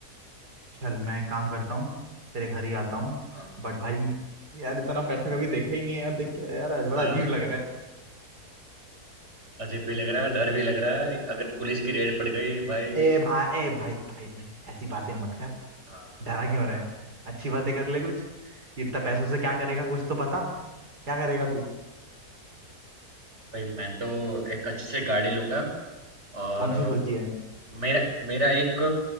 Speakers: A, on the right; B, on the right.
A: चल मैं एक काम करता हूँ तेरे घर ही आता हूँ
B: हाँ
A: बट भाई यार इतना पैसा कभी देखा ही नहीं है यार देख के यार आज बड़ा
B: अ,
A: अजीब लग रहा है
B: अजीब भी लग रहा है डर भी लग रहा है अगर पुलिस की रेड पड़ गई भाई
A: ए भाई ए भाई भाई भाई ऐसी बातें मत कर
B: हाँ
A: डरा क्यों रहे हैं अच्छी बातें कर ले कुछ इतना पैसों से क्या करेगा कुछ तो बता क्या करेगा तू
B: भाई मैं तो एक अच्छे से गाड़ी लूँगा और
A: कौन सी सोची है
B: मेरा मेरा एक